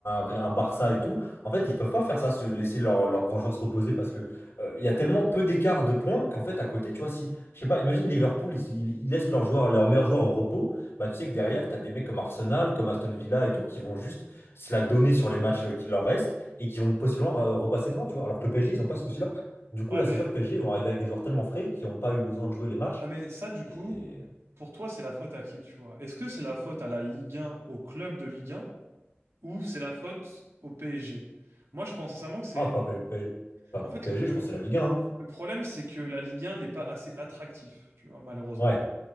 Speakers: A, on the left; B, on the right.
A: un Barça et tout. En fait, ils peuvent pas faire ça, se laisser leurs leurs grands joueurs se reposer parce que euh, il y a tellement peu d'écart de points qu'en fait, à côté, tu vois, si, je sais pas, imagine Liverpool, ils, ils- ils laissent leurs joueurs, leurs meilleurs joueurs au repos, bah tu sais que derrière, t'as des mecs comme Arsenal, comme Aston Villa et tout qui vont juste se la donner sur les matchs euh, qui leur restent et qui vont possiblement euh, repasser devant, tu vois. Alors que le PSG, ils n'ont pas ce souci-là. Du coup,
B: Ouais,
A: là,
B: mais,
A: c'est sûr que PSG, ils vont arriver avec des joueurs tellement frais qui n'ont pas eu besoin de jouer les matchs.
B: ouais, mais ça, du coup,
A: Et...
B: pour toi, c'est la faute à qui, tu vois? Est-ce que c'est la faute à la Ligue 1, au club de Ligue 1, ou c'est la faute au PSG? Moi, je pense sincèrement que c'est...
A: Ah, pas, P- P- pas
B: En fait,
A: PSG,
B: le, le-
A: je pensais la Ligue 1. hein.
B: le problème, c'est que la Ligue 1 n'est pas assez attractif, tu vois, malheureusement.
A: Ouais,